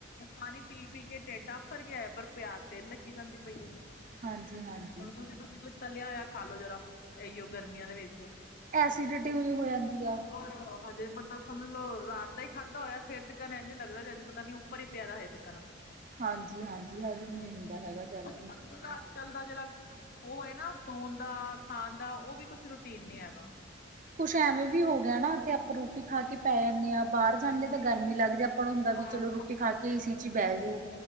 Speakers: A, on the left; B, on the right.
A: ਪਾਣੀ ਪੀ-ਪੀ ਕੇ ਟਿੱਡ ਆਫਿਰ ਗਿਆ ਐ, ਪਰ ਪਿਆਸ ਫਿਰ ਲੱਗੀ ਜਾਂਦੀ। ਪਈ ਆ,
B: ਹਾਂਜੀ ਹਾਂਜੀ
A: ਹੁਣ ਕੁਛ ਤੁਸੀਂ ਕੁਛ ਤਲਿਆ ਹੋਇਆ ਖਾਹ ਲੋ ਜਰਾ, ਇਹੀਓ ਗਰਮੀਆਂ ਦੇ ਵਿੱਚ ਉਹ।
B: ਐਸੀਡਿਟੀ ਹੋਈ ਹੋ ਜਾਂਦੀ ਆ
A: ਹੋਰ। ਹਜੇ ਪਤਾ ਸਮਝ ਲੋ ਰਾਤ ਦਾ ਹੀ ਖਾਧਾ ਹੋਇਆ, ਸਵੇਰ ਤੱਕ ਇੰਝ ਲੱਗਦਾ ਪਤਾ ਨੀ, ਉੱਪਰ ਹੀ ਪਿਆ ਦਾ ਹਜੇ ਤੱਕ।
B: ਹਾਂਜੀ-ਹਾਂਜੀ, ਹਜਮ ਨਹੀਂ ਹੁੰਦਾ ਹੈਗਾ। ਜਲਦੀ
A: <unintelligible> ਚੱਲਦਾ ਜਿਹੜਾ ਉਹ ਹੈ ਨਾ, ਸੋਣ ਦਾ, ਖਾਣ ਦਾ ਉਹ ਵੀ ਕੁਛ ਰੂਟੀਨ ਨੀ ਹੈਗਾ।
B: ਕੁਛ ਐਵੇਂ ਵੀ ਹੋ ਗਿਆ ਨਾ, ਤੇ ਆਪਾਂ ਰੋਟੀ ਖਾ ਕੇ ਪੈ ਜਾਂਨੇ ਆ ਬਾਹਰ ਜਾਂਨੇ
A: ਹਾਂਜੀ
B: ਤਾਂ, ਗਰਮੀ ਲੱਗਦੀ ਆਪਾ ਨੂੰ ਹੁੰਦਾ
A: ਬਸ
B: ਵੀ ਚਲੋ ਰੋਟੀ ਖਾ ਕੇ ਏ - ਸੀ 'ਚ ਬਹਿ ਜਾਉ।